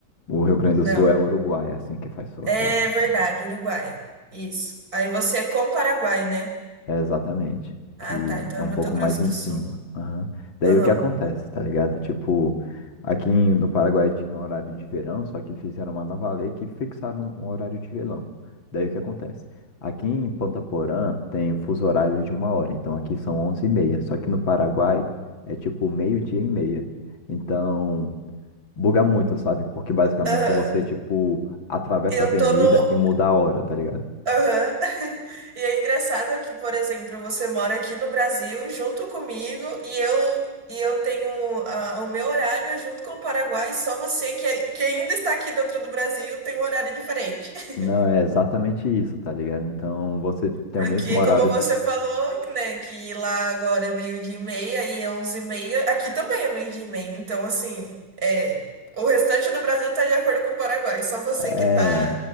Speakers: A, on the left; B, on the right.
A: o Rio Grande
B: Não.
A: do Sul é Uruguai, é assim que faz fronteira.
B: É verdade,
A: né?
B: Uruguai. Isso. Aí você é com o Paraguai, né?
A: É, exatamente.
B: Ah,
A: Que
B: tá. Então
A: é
B: é
A: um
B: Mato
A: pouco
B: Grosso
A: mais em
B: do
A: cima.
B: Sul.
A: Aham. Daí
B: Aham.
A: o que acontece, tá ligado? Tipo, aqui em- no Paraguai tinha um horário de verão, só que fizeram uma nova lei que fixaram um horário de verão. Daí o que acontece? Aqui em Ponta Porã tem um fuso horário de uma hora, então aqui são onze e meia. Só que no Paraguai é tipo meio-dia e meia. Então, buga muito, sabe? Porque basicamente
B: Aham.
A: você, tipo, atravessa
B: Eu
A: a avenida
B: tô no.
A: e muda a hora, tá ligado?
B: Aham. <laughs> E é engraçado que, por exemplo, você mora aqui no Brasil junto comigo e eu e eu tenho ah, o meu horário é junto com o Paraguai, só você que, é- que ainda está aqui dentro do Brasil tem um horário diferente. <laughs>
A: Não, é exatamente isso, tá ligado? Então você tem
B: Porque,
A: o mesmo horário.
B: como você falou, né, que lá agora é meio-dia e meia e é onze e meia, aqui também é meio-dia e meia. Então, assim, é, o restante do Brasil tá de acordo com o Paraguai, só você
A: É,
B: que tá.